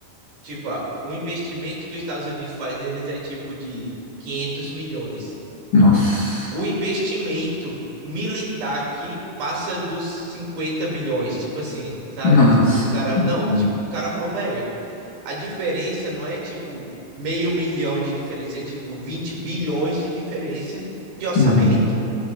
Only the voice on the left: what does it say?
Nossa.
Nossa.
Uhum.
Uhum.